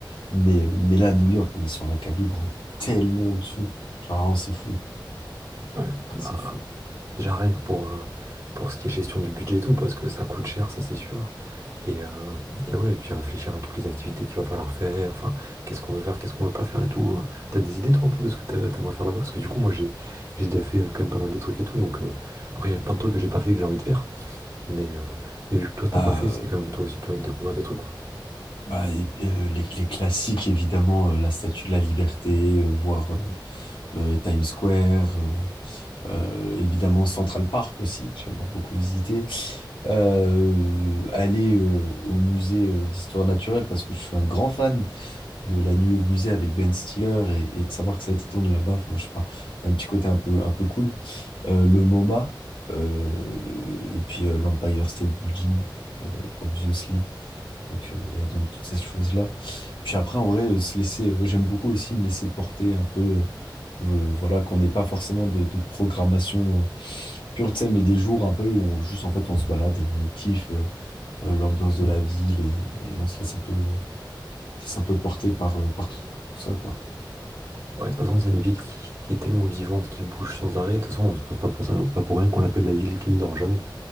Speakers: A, on the left; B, on the right.
A: Mais, mais là, New York, on est sur un calibre tellement au-dessus. Genre, vraiment, c'est fou,
B: Ouais, bah
A: c'est fou.
B: déjà rien que pour, euh, pour ce qui est gestion du budget et tout, parce que ça coûte cher, ça c'est sûr. Et, euh, et ouais, et puis réfléchir à toutes les activités qu'il va falloir faire, enfin, qu'est-ce qu'on veut faire, qu'est-ce qu'on veut pas faire et tout. hein. T'as des idées toi un peu de ce que t'a- t'aimerais faire là-bas? Parce que du coup moi j'ai j'ai déjà fait euh, quand même pas mal de trucs et tout, donc euh, après il y a plein de trucs que j'ai pas fait que j'ai envie de faire, mais, euh, mais vu que toi t'as
A: Bah,
B: pas fait,
A: euh,
B: c'est comme toi aussi tu vas découvrir des trucs.
A: bah, et puis, euh, les, les classiques, évidemment, euh, la Statue de la Liberté, euh, voir euh, euh, Times Square, euh, euh, évidemment Central Park aussi, que j'aimerais beaucoup visiter. Euh, aller euh, au musée euh, d'histoire naturelle parce que je suis un grand fan de la nuit au musée avec Ben Stiller et, et de savoir que ça a été tourné là-bas. Enfin, je sais pas, il y a un petit côté un peu, un peu cool. Euh, le MoMA euh, et puis euh, l'Empire State Building, euh, obviously. Donc, euh, donc toutes ces choses-là. Puis après, en vrai, euh, se laisser, euh, j'aime beaucoup aussi me laisser porter un peu, euh, voilà, qu'on n'ait pas forcément de, de programmation euh, pure, tu sais, mais des jours un peu où on, juste, en fait, on se balade et on kiffe euh, euh, l'ambiance de la ville et, et on se laisse un peu, se laisse un peu porter par, euh, par tout tout ça, quoi.
B: Ouais, de toute façon, c'est une ville qui, qui est tellement vivante, qui bouge sans arrêt. De toute façon, on se pose pas pour ça, pas pour rien qu'on l'appelle la ville qui ne dort jamais.